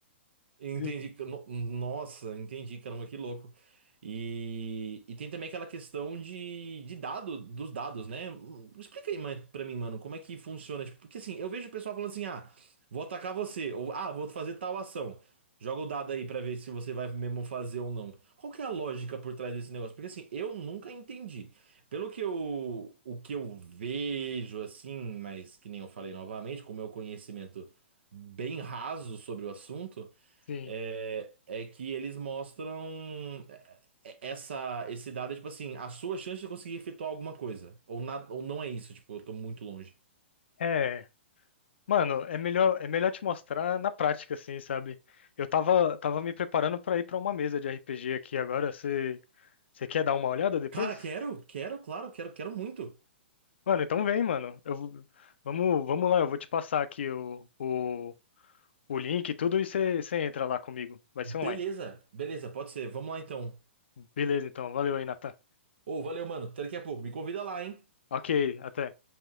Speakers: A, on the right (about 65°); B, on the left (about 65°).
A: Entendi.
B: E,
A: que- no- Nossa, entendi, caramba, que louco. E, e tem também aquela questão de, de dado, dos dados, né? Explica aí mais pra mim, mano, como é que funciona? Tipo, porque assim, eu vejo o pessoal falando assim, ah, vou atacar você, ou ah, vou fazer tal ação. Joga o dado aí pra ver se você vai mesmo fazer ou não. Qual que é a lógica por trás desse negócio? Porque assim, eu nunca entendi. Pelo que eu, o que eu vejo, assim, mas que nem eu falei novamente, com o meu conhecimento bem raso sobre o assunto.
B: Sim.
A: É, é que eles mostram é, é, essa, esse dado, é, tipo assim, a sua chance de conseguir efetuar alguma coisa. Ou, na, ou não é isso, tipo, eu tô muito longe.
B: É. Mano, é melhor, é melhor te mostrar na prática, assim, sabe? Eu tava, tava me preparando pra ir pra uma mesa de RPG aqui agora. Você, você quer dar uma olhada depois?
A: Cara, quero, quero, claro, quero, quero muito.
B: Mano, então vem, mano. Eu, vou- vamos, vamos lá, eu vou te passar aqui o, o, o link e tudo e você entra lá comigo. Vai
A: Beleza,
B: ser online.
A: beleza, pode ser. Vamos lá então.
B: Beleza, então. Valeu aí, Natan.
A: Ô, valeu, mano. Até daqui a pouco. Me convida lá, hein?
B: Ok, até.